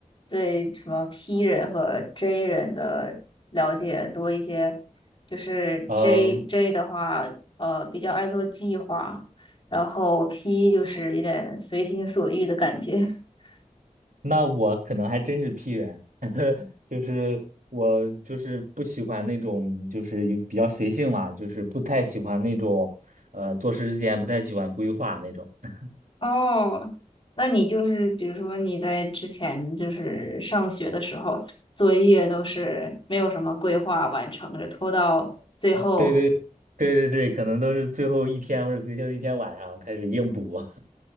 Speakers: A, on the left; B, on the right.
A: 对什么 P 人和 J 人的了解多一些，就是
B: 呃，
A: J J 的话，呃，比较爱做计划，然后 P 就是有点随心所欲的感觉。<laughs>
B: 那我可能还真是 P 人，<laughs> 就是我就是不喜欢那种就是有比较随性嘛，就是不太喜欢那种呃做事之前不太喜欢规划那种。<laughs>
A: 哦，那你就是比如说你在之前就是上学的时候，作业都是没有什么规划完成着，拖到最后。
B: 对对对对对，可能都是最后一天或者最后一天晚上开始硬补，